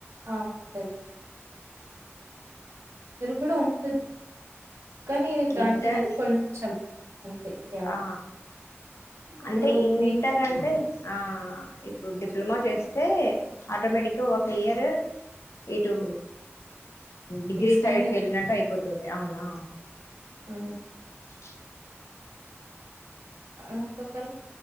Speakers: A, on the right; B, on the left.
A: ఆ ఉం కూడా ఉంటది, కానీ దానికి
B: ఇంటర్
A: దీన్ని కొంచం అంతే గ్యాప్
B: ఆ
A: ఇప్పుడు
B: అంటే ఇంటారు
A: మే
B: అంటే ఆ ఇప్పుడు డిప్లొమా చేస్తే ఆటోమేటిక్గా ఒక ఇయర్ ఇటు డిగ్రీ
A: ఎక్స్టెండ్
B: సైడ్కి వెళ్ళినట్టు అయిపోతుంది, అ అవునా
A: ఉ
B: <unintelligible>
A: ఇంకొకరు